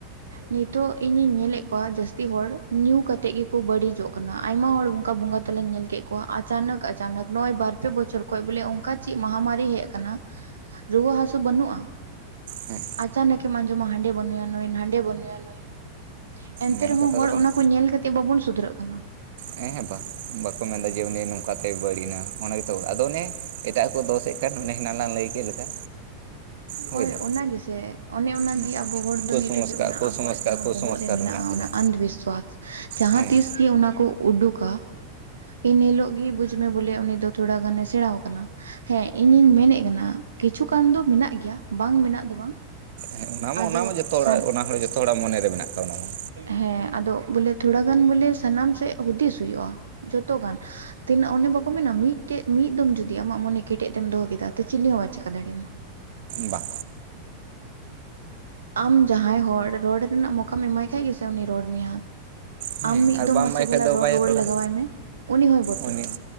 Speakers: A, on the right; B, on the right.
A: ᱱᱤᱛᱚᱜ ᱤᱧᱤᱧ ᱧᱮᱞᱮᱜ ᱠᱚᱣᱟ ᱡᱟᱹᱥ -ᱛᱤ ᱦᱚᱲ ᱧᱩ ᱠᱟᱛᱮᱜ ᱜᱮᱠᱚ ᱵᱟᱹᱲᱤᱡᱚᱜ ᱠᱟᱱᱟ ᱟᱭᱢᱟ ᱦᱚᱲ ᱚᱱᱠᱟ ᱵᱚᱸᱜᱟ ᱛᱟᱞᱟᱧ ᱧᱮᱞ ᱠᱮᱫ ᱠᱚᱣᱟ, ᱟᱪᱟᱱᱟᱠ ᱟᱪᱟᱱᱟᱠ ᱱᱚᱜᱚᱭ ᱵᱟᱨ ᱯᱮ ᱵᱚᱪᱷᱚᱨ ᱠᱷᱚᱡ ᱵᱚᱞᱮ ᱚᱱᱠᱟ ᱪᱮᱫ ᱢᱟᱦᱟᱢᱟᱨᱤ ᱦᱮᱜ ᱠᱟᱱᱟ, ᱨᱩᱣᱟᱹ ᱦᱟᱹᱥᱩ ᱵᱟᱹᱱᱩᱜᱼᱟ,
B: ᱦᱮᱸ ᱦᱮᱸ
A: ᱟᱪᱟᱱᱟᱹᱠ ᱮᱢ ᱟᱸᱡᱚᱢᱟ ᱦᱟᱸᱰᱮ ᱵᱟᱹᱱᱩᱭᱟ ᱱᱩᱭ ᱱᱟᱦ, ᱰᱮ ᱵᱟᱹᱱᱩᱭᱟ ᱱᱩᱭ, ᱮᱱᱛᱮ
B: ᱢᱮᱱ
A: ᱨᱮᱦᱚᱸ
B: ᱠᱟᱛᱷᱟ
A: ᱦᱚᱲ
B: ᱫᱚ ᱠᱟᱱᱟ
A: ᱚᱱᱟ ᱠᱚ ᱧᱮᱞ ᱠᱟᱛᱮ ᱵᱟᱵᱚᱱ ᱥᱩᱫᱷᱨᱟᱹᱜ ᱠᱟᱱᱟ᱾
B: ᱦᱮᱸ ᱦᱮᱸ ᱵᱟ, ᱵᱟᱠᱚ ᱢᱮᱱᱫᱟ ᱡᱮ ᱩᱱᱤ ᱱᱚᱝᱠᱟᱛᱮᱭ ᱵᱟᱹᱲᱤᱡ ᱱᱟ ᱚᱱᱟ ᱜᱮᱛᱚ ᱟᱫᱚ ᱚᱱᱮ ᱮᱴᱟᱜ ᱠᱚ ᱫᱚᱥ ᱮᱫ, ᱠᱟᱱ ᱚᱱᱮ ᱦᱮᱱᱟᱝ ᱞᱟᱝ ᱞᱟᱹᱭ, ᱠᱮᱫ ᱞᱮᱠᱟ ᱵᱩᱡᱽ
A: ᱦᱳᱭ
B: ᱫᱟᱢ
A: ᱚᱱᱟ ᱜᱮᱥᱮ ᱚᱱᱮ ᱚᱱᱟ,
B: ᱦᱮᱸ
A: ᱜᱤ ᱟᱵᱚ ᱦᱚᱲ ᱫᱚ
B: ᱠᱩᱥᱚᱝᱥᱠᱟᱨ
A: ᱱᱤᱛ ᱦᱟᱹᱵᱤᱜ ᱚᱱᱟ
B: ᱠᱩᱥᱚᱝᱥᱠᱟᱨ
A: ᱟᱵᱚᱣᱟᱜ ᱡᱟᱦᱟᱸ
B: ᱠᱩᱥᱚᱝᱥᱠᱟᱨ
A: ᱵᱚᱦᱚᱜ ᱨᱮ ᱢᱮᱱᱟᱜᱼᱟ
B: ᱢᱮᱱᱟᱜ ᱟᱠᱟᱫᱟ
A: ᱚᱱᱟ ᱚᱱᱫᱷ ᱵᱤᱥᱣᱟᱥ ᱡᱟᱦᱟᱸ
B: ᱦᱮᱸ
A: ᱛᱤᱥ, ᱜᱤ ᱚᱱᱟ ᱠᱩ ᱩᱰᱩᱠᱟ᱾ ᱮᱱ ᱦᱤᱞᱳᱜ ᱜᱤ ᱵᱩᱡᱷ ᱢᱮ ᱵᱚᱞᱮ ᱩᱱᱤ ᱫᱚ ᱛᱷᱚᱲᱟ ᱜᱟᱱᱮ ᱥᱮᱬᱟᱣ ᱠᱟᱱᱟ ᱦᱮᱸ ᱤᱧᱤᱧ ᱢᱮᱱᱮᱫ, ᱠᱟᱱᱟ ᱠᱤᱪᱷᱩ ᱠᱟᱱ ᱫᱚ ᱢᱮᱱᱟᱜ ᱜᱮᱭᱟ ᱵᱟᱝ ᱢᱮᱱᱟᱜ ᱫᱚ ᱵᱟᱝ᱾
B: ᱦᱮᱸ ᱚᱱᱟ ᱢᱟ
A: ᱟᱫᱚ
B: ᱚᱱᱟ ᱢᱟ ᱡᱚᱛᱚ ᱦᱚᱲᱟᱜ
A: ᱥᱟᱱ
B: ᱚᱱᱟ ᱦᱚᱲ ᱡᱚᱛᱚ ᱦᱚᱲᱟᱜ ᱢᱚᱱᱮᱨᱮ ᱢᱮᱱᱟᱜ ᱟᱠᱟᱣᱟ ᱚᱱᱟ ᱢᱟ᱾
A: ᱦᱮᱸ ᱟᱫᱚ ᱵᱚᱞᱮ ᱛᱷᱚᱲᱟ ᱜᱟᱱ ᱵᱚᱞᱮ ᱥᱟᱱᱟᱢ ᱥᱮᱫ ᱦᱩᱫᱤᱥ ᱦᱩᱭᱩᱜᱼᱟ ᱡᱷᱚᱛᱚ ᱜᱟᱱ᱾ ᱛᱤᱱᱟᱹᱜ ᱚᱱᱮ ᱵᱟᱠᱚ ᱢᱮᱱᱟ ᱢᱤᱴᱴᱮᱡ ᱢᱤᱫ ᱫᱚᱢ ᱡᱩᱫᱤ ᱟᱢᱟᱜ ᱢᱚᱱᱮ ᱠᱮᱴᱮᱡ ᱛᱮᱢ ᱫᱚᱦᱚ ᱠᱮᱫᱟ ᱛᱚ ᱪᱤᱞᱤ ᱦᱚᱸ ᱵᱟᱭ ᱪᱮᱠᱟ ᱫᱟᱲᱮᱣ ᱟᱢᱟ᱾
B: ᱵᱟᱝ
A: ᱟᱢ ᱡᱟᱦᱟᱸᱭ ᱦᱚᱲ ᱨᱚᱲ ᱨᱮᱱᱟᱜ ᱢᱚᱠᱟᱢ ᱮᱢᱟᱭ ᱠᱷᱟᱡ ᱜᱮᱥᱮ ᱩᱱᱤᱭ ᱨᱚᱲ ᱢᱮᱭᱟ᱾
B: ᱦᱮᱸ
A: ᱟᱢ ᱢᱤᱫ
B: ᱟᱨ
A: ᱫᱚᱢ
B: ᱵᱟᱢ
A: ᱢᱟᱥᱮ
B: ᱮᱢᱟᱭ ᱠᱷᱟᱡ
A: ᱵᱷᱟᱞᱟ
B: ᱫᱚ
A: ᱨᱚᱲ
B: ᱵᱟᱭ
A: ᱨᱩᱣᱟᱹᱲ
B: ᱨᱚᱲᱟ
A: ᱞᱟᱜᱟᱣᱟᱭ ᱢᱮ ᱩᱱᱤ ᱦᱚᱸᱭ ᱵᱚᱛᱚᱨᱚᱜᱼᱟ᱾
B: ᱩᱱᱤ